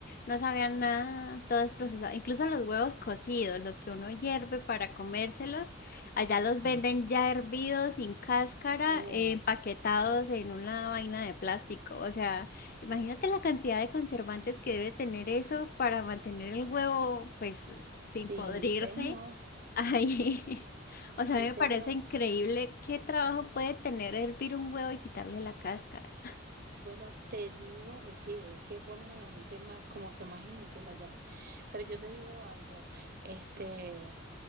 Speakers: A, on the left; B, on the right.
A: No sabían nada, todo es procesado. Incluso los huevos cocidos, los que uno hierve para comérselos, allá los
B: Ajá.
A: venden ya hervidos, sin cáscara,
B: Uf,
A: eh, empaquetados en una vaina de plástico. O sea, imagínate la cantidad de conservantes que debe tener
B: uf.
A: eso para mantener el huevo, pues,
B: Sí,
A: sin podrirse
B: señor.
A: ahí. <laughs> O
B: Sí,
A: sea, a mí me
B: señor.
A: parece increíble qué trabajo puede tener hervir un huevo y quitarle la cáscara.
B: Bueno, te digo, pues sí, es que ponen a la gente más, como que más inútil allá. Pero yo te digo algo, este,